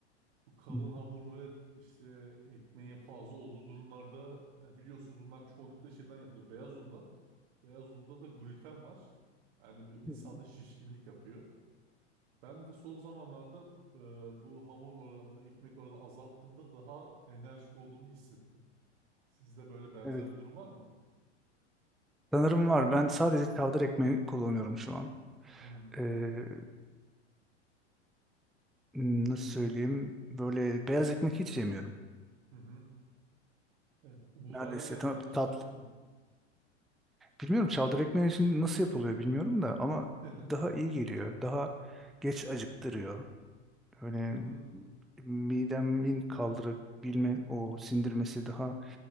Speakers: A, on the right; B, in the centre.
A: Bu kalın
B: Hı hı.
A: hamur ve işte ekmeğin fazla olduğu durumlarda yani biliyorsunuz bunlar çoğunlukla şeyden yapılıyor. Beyaz undan. Beyaz unda da gluten var. Yani bir insanda
B: Hı hı.
A: şişkinlik yapıyor. Ben de son zamanlarda e, bu hamur oranını, ekmek oranını azalttığımda daha enerjik olduğumu hissettim. Sizde böyle benzer
B: Evet
A: bir durum var mı?
B: Sanırım var. Ben sadece çavdar ekmeği kullanıyorum şu an.
A: Hmm.
B: Ee, nasıl söyleyeyim? Böyle beyaz ekmek hiç yemiyorum.
A: Hı hı. Evet. Buğdaydan
B: Neredeyse
A: yapılan
B: tam
A: işte
B: tatlı.
A: un.
B: Bilmiyorum çavdar ekmeği için nasıl yapılıyor bilmiyorum da ama
A: <laughs>
B: daha
A: Evet.
B: iyi geliyor. Daha geç acıktırıyor. Öyle
A: Hı hı.
B: midemin kaldırabilme o sindirmesi daha